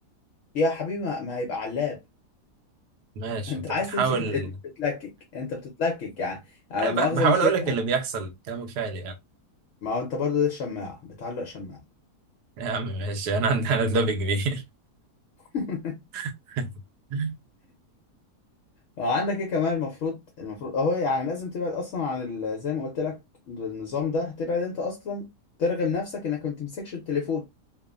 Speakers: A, on the left; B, on the right.
A: يا حبيبي ما ما هيبقى علاب
B: ماشي
A: <laughs> انت
B: انت
A: عايز
B: بتحاول
A: تمسك انت بتتلكك انت بتتلكك يعني يعني
B: أنا
A: لا
B: بح-
A: مؤاخذة
B: بحاول
A: مش
B: اقول
A: هيفتح
B: لك اللي
A: معاك
B: بيحصل الكلام الفعلي يعني
A: ما هو انت برضه ده الشماعة بتعلق شماعة
B: يا عم ماشي <laughs> انا عندي انا دلوقتي كبير
A: <laughs>
B: <laughs>
A: وعندك ايه كمان المفروض المفروض اهو يعني لازم تبعد اصلا عن ال... زي ما قلت لك النظام ده تبعد انت اصلا ترغم نفسك انك ما تمسكش التليفون